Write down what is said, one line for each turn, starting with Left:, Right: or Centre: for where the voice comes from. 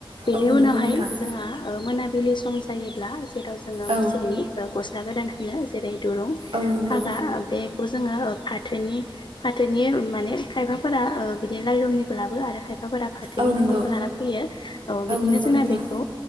Left: बेनि
Right: औ
Left: उनावहाय
Right: नंगौ नोंथां
Left: जोंहा मोनाबिलि सम जायोब्ला जेराव जोङो
Right: औ
Left: मोसौनि गस्ला गोदान होनो जेरै दुरुं
Right: औ नंगौ
Left: फागा बेखौ जोङो फाथोनि फाथोनि माने खायफाफोरा बिदिनो लाइलननिबो लाबो आरो खायफाफोरा फाथोनि
Right: औ नंगौ
Left: दिरुंखौ लाना फैयो औ बिदिनो
Right: नंगौ
Left: जोंना
Right: नोंथां
Left: बेखौ